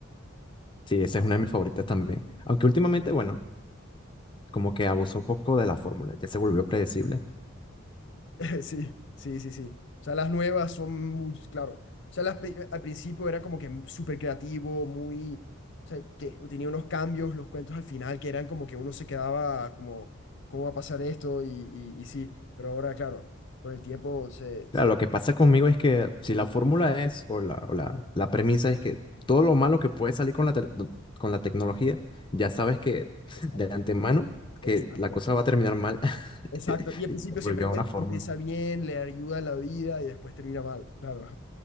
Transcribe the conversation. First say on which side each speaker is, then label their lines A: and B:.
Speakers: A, on the left; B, on the left.
A: Sí, esa es una de mis favoritas también. Aunque últimamente, bueno, como que abusó un poco de la fórmula, ya se volvió predecible.
B: <laughs> Sí, sí, sí, sí. O sea, las nuevas son muy, claro. O sea, las pri- al principio era como que súper creativo, muy, o sea, que tenía unos cambios, los cuentos al final, que eran como que uno se quedaba como, ¿cómo va a pasar esto? Y, y, y sí, pero ahora, claro, con el tiempo se,
A: Claro,
B: se...
A: lo que pasa conmigo es que si la fórmula es, o la, o la, la premisa es que todo lo malo que puede salir con la, tec- no, con la tecnología, ya sabes que <laughs>
B: Exacto,
A: de antemano que
B: exacto,
A: la cosa va a terminar mal. <laughs>
B: exacto.
A: <laughs>
B: Y al
A: Y
B: principio
A: se
B: siempre
A: una
B: empe-
A: fórmula.
B: empieza bien, le ayuda a la vida y después termina mal, claro.